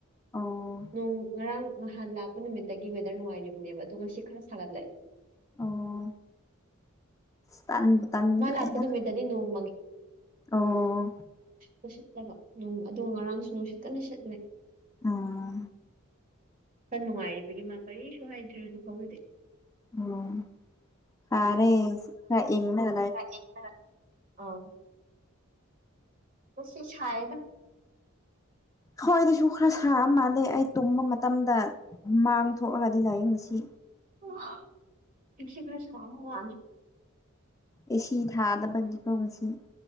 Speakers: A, on the left (about 15°); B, on the right (about 40°).
A: ꯑꯣ
B: ꯅꯣꯡ ꯉꯔꯥꯡ ꯅꯍꯥꯟ ꯂꯥꯛꯄ ꯅꯨꯃꯤꯠꯇꯒꯤ ꯋꯦꯗꯔ ꯅꯨꯡꯉꯥꯏꯔꯤꯕꯅꯦꯕ ꯑꯗꯣ ꯉꯁꯤ ꯈꯔ ꯁꯥꯒꯠꯂꯛꯑꯦ
A: ꯑꯣ ꯁꯤ ꯇꯥꯥꯟꯕꯨ ꯇꯟꯖꯤꯜꯂꯛꯑꯦꯗ
B: ꯃꯥ ꯂꯥꯛꯄ ꯅꯨꯃꯤꯠꯇꯗꯤ ꯅꯣꯡ
A: ꯑꯣ ꯑꯣ ꯑꯣ
B: ꯅꯨꯁꯤꯠꯂꯒꯣ ꯅꯣꯡ ꯑꯗꯨ ꯉꯔꯥꯡꯁꯨ ꯅꯨꯡꯁꯤꯠ ꯀꯟꯅ ꯁꯤꯠꯂꯦ
A: ꯑꯥ
B: ꯈ꯭ꯔ ꯅꯨꯡꯉꯥꯏꯔꯤꯕꯒꯤ ꯃꯥ ꯀꯔꯤꯁꯨ ꯍꯥꯏꯗ꯭ꯔꯦ ꯍꯧꯖꯤꯛ ꯐꯥꯎꯒꯤꯗꯤ
A: ꯎꯝ ꯁꯥꯔꯦ ꯈꯔ ꯏꯪꯂꯒ
B: ꯈꯔ ꯏꯪꯂ ꯑꯧ ꯈꯨꯠꯁꯤ ꯁꯥꯢꯌꯦꯗ
A: ꯈꯣꯏꯗꯁꯨ ꯈ꯭ꯔ ꯁꯥꯕ ꯃꯥꯜꯂꯦ ꯑꯩ ꯇꯨꯝꯕ ꯃꯇꯝꯗ ꯍꯨꯃꯥꯡ ꯊꯣꯛꯑꯒꯗꯤ ꯂꯥꯏꯌꯦ ꯉꯁꯤ
B: <unintelligible> ꯉꯁꯤ ꯈ꯭ꯔ ꯁꯥꯕ ꯃꯥꯜꯂꯦ
A: ꯑꯦ ꯁꯤ ꯊꯥꯗꯕꯒꯤ ꯀꯣ ꯉꯁꯤ